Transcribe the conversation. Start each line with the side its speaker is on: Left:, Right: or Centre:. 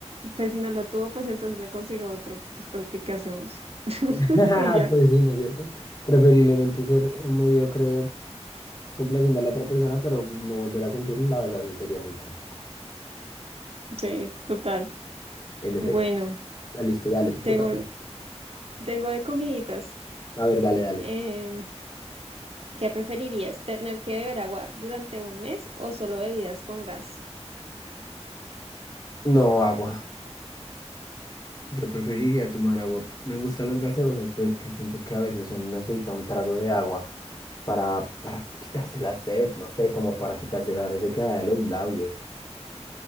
Right: pues si no lo tuvo, pues entonces me consigo otro, pues porque ¿qué hacemos? <laughs>
Left: <laughs>
Right: Y ya,
Left: Pues sí, ¿no es cierto? Preferiblemente ser un mediocre complaciendo a la otra persona, pero no volver a sentirlo, la verdad sí sería muy trágico.
Right: sí, total.
Left: En efecto.
Right: Bueno,
Left: Ah, listo, dale, te
Right: tengo,
Left: toca a ti.
Right: tengo de comiditas.
Left: A ver, dale, dale.
Right: Em, ¿Qué preferirías? ¿Tener que beber agua durante un mes o solo bebidas con gas?
Left: No, agua. Yo preferiría tomar agua. Me gustan las gaseosas, pero es que siento que a veces uno necesita un trago de agua para, para quitarse la sed, no sé, como para quitarse la resequedad de los labios.